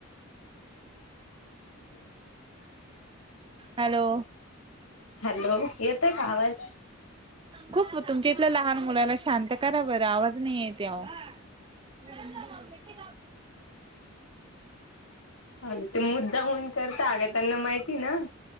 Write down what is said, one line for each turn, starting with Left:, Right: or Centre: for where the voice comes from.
Right: हॅलो
Left: हॅलो येतंय का आवाज
Right: खूप तुमच्या इथलं लहान मुलाला शांत करा बरं आवाज नाही येत ह
Left: अ ते मुद्दा होऊन करता अगं त्यांना माहिती ना